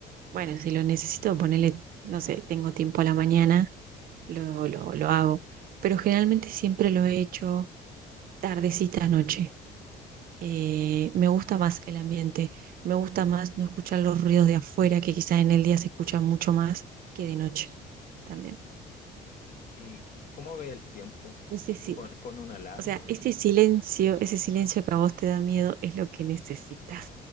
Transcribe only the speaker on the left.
¿Y cómo ve el tiempo?
¿Pone, pone una alarma?